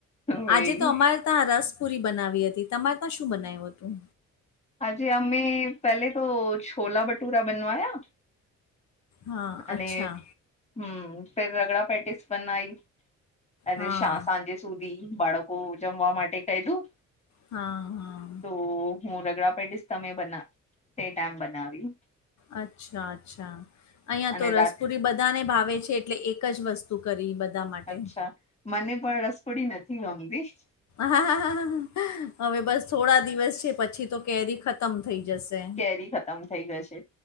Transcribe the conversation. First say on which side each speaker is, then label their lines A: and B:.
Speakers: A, on the left (about 20°); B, on the left (about 65°).
A: ભાઈ
B: આજે તો અમારે ત્યાં રસ પુરી બનાવી હતી તમારે ત્યાં શું બનાવ્યું હતું.
A: આ જે અમે પહેલે તો છોલા ભટૂરા બનવાયા
B: હા
A: અને
B: અચ્છા
A: હમ્મ ફેર રગડા પે્ટિસ બનાઆઈ અને
B: હા
A: શા સાંજે સુધી બાળકો જમવા માટે કહી દું
B: હા હા.
A: તો હું રગડા પેડીશ તમે બના તે ટાઈમ બનાવ્યુ
B: અચ્છા અચ્છા અહિયાયા
A: અને
B: તો રસપુરી
A: રાત
B: બધાને ભાવે છે એટલે એક જ વસ્ત શું કરી બધા માટે.
A: અચ્છા મને પણ રસપોડી નથી ગમતી.
B: હા હવે બસ થોડા દિવસ છે પછી તો કેરી ખતમ થઇ જશે.
A: કેરી ખતમ થઈ ગશે.